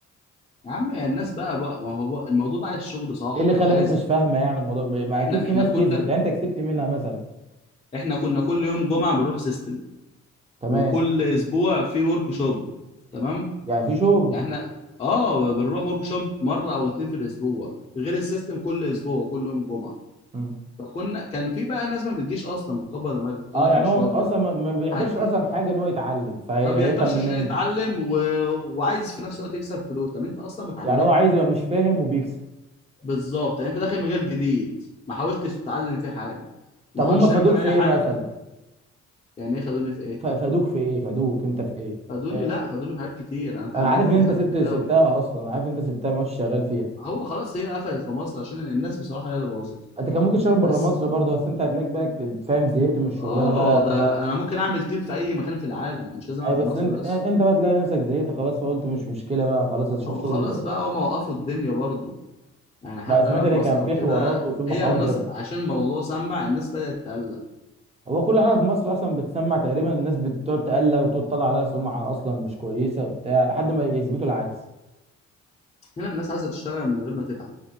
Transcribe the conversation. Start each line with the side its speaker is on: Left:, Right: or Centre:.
Left: يا عم يا الناس بقى بقى ما هو بقى الموضوع ده عايز شغل صح
Right: ايه اللي خلى
Left: عايز
Right: الناس مش فاهمه يعني الموضوع ما ما
Left: احنا
Right: اكيد في
Left: احنا
Right: ناس
Left: كنا
Right: كسبت يعني انت كسبت منها مثلا
Left: احنا كنا كل يوم جمعه بنروح سيستم
Right: تمام
Left: وكل اسبوع في ورك شوب تمام
Right: يعني في شغل
Left: يعني احنا اه بنروح ورك شوب مره او اتنين في الاسبوع غير السيستم كل اسبوع وكل يوم جمعه
Right: مم.
Left: فكنا كان في بقى ناس ما بتجيش اصلا مكبر دماغك تقول
Right: اه
Left: لك
Right: يعني
Left: مش
Right: هو
Left: فاضيه
Right: اصلا ما ما بيقدرش
Left: حاجه
Right: اصلا حاجه ان هو يتعلم فهيفهم
Left: ما بيحضرش
Right: منين
Left: عشان يتعلم و... وعايز في نفس الوقت يكسب فلوس طب انت اصلا ما اتعلمت
Right: يعني هو عايز يبقى مش فاهم وبيكسب
Left: بالظبط يعني انت داخل مجال جديد ما حاولتش تتعلم فيه حاجه وما
Right: طب
Left: حاولتش
Right: هم فادوك
Left: تعمل فيه
Right: في
Left: اي
Right: ايه
Left: حاجه
Right: مثلا
Left: يعني ايه خدوني في ايه؟
Right: ف- فادوك في ايه فادوك انت في ايه
Left: خدوني
Right: آه،
Left: لا خدوني في حاجات كتير انا اتعلمت
Right: انا عارف ان انت
Left: حاجات
Right: سبت
Left: كتير
Right: سبتها
Left: قوي
Right: اصلا عارف إن انت سبتها ما عادش شغال فيها
Left: هو خلاص هي قفلت في مصر عشان الناس بصراحة هي اللي بوظتها
Right: انت كان ممكن تشتغل بره
Left: بس
Right: مصر برضه بس انت هتلاقيك بقى فاهم زهقت من الشغلانه
Left: اه
Right: بقى خلاص
Left: ده انا ممكن اعمل تيم في اي مكان في العالم مش لازم اعمل
Right: اي بس
Left: في مصر
Right: انت
Left: بس
Right: انت بقى تلاقي نفسك زهقت خلاص فقلت مش مشكله بقى خلاص هشوف
Left: هو
Right: شغل
Left: خلاص
Right: تاني
Left: بقى هم وقفوا الدنيا برضو يعني حتى
Right: لا، سمعت
Left: هنا
Right: ان
Left: في مصر
Right: كان في
Left: وكده
Right: حوارات وفي محاضر
Left: هي الناس عشان الموضوع سمع الناس بدأت تقلق
Right: هو كل حاجه في مصر اصلا بتسمع تقريبا الناس بتقعد تقلق وتقعد تطلع عليها سمعه اصلا مش كويسه وبتاع لحد ما يثبتوا العكس
Left: هنا الناس عايزة تشتغل من غير ما تتعب